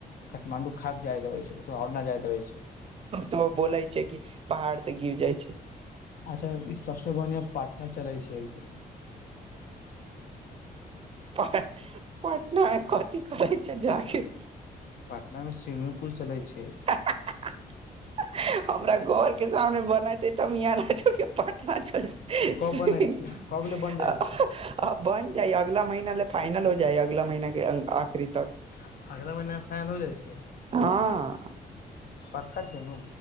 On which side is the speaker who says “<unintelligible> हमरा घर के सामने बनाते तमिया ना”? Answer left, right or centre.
Right